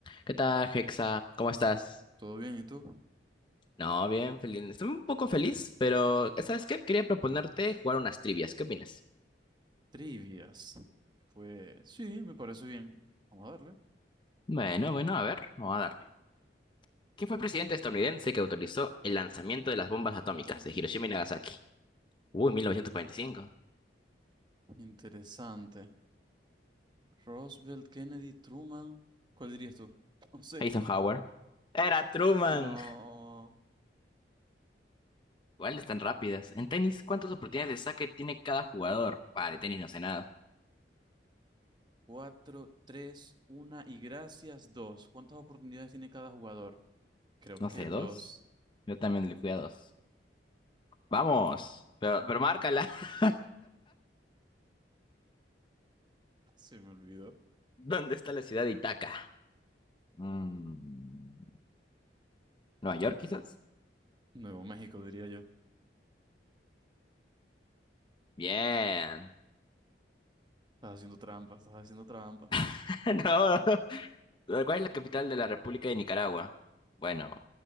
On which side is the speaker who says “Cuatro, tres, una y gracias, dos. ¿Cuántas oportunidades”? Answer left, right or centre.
Right